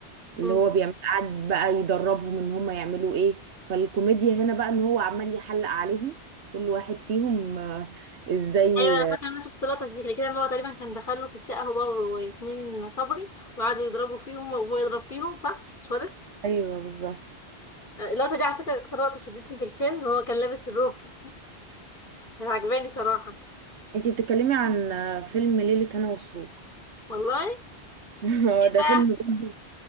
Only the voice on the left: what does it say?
مم.
ايوه انا فاكره ان انا شفت لقطه شكل كده ان هو تقريبا كان دخله في الشقه هو وياسمين صبري وقعدوا يضربوا فيهم وهو يضرب فيهم صح مش هو ده
آه، اللقطه دي على فكره اكتر لقطه شدتني في الفيلم هو كان لابس الروب كده <laughs> كانت عجباني صراحه
والله
ده